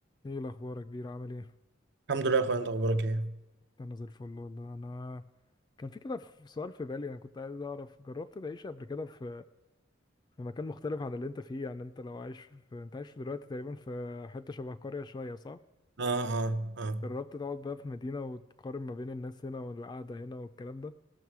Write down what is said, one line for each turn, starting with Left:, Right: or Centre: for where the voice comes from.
Left: ايه الاخبار يا كبير عامل ايه
Right: الحمد لله يا اخويا انت اخبارك ايه
Left: انا زي الفل والله انا كان في كده في سؤال في بالي انا كنت عايز اعرف جربت تعيش قبل كده في في مكان مختلف عن اللي انت فيه يعني انت لو عايش في انت عايش دلوقتي تقريبا في حتة شبه قرية شوية صح
Right: اه اه اه
Left: جربت تقعد بقى في مدينة وتقارن ما بين الناس هنا والقعدة هنا والكلام ده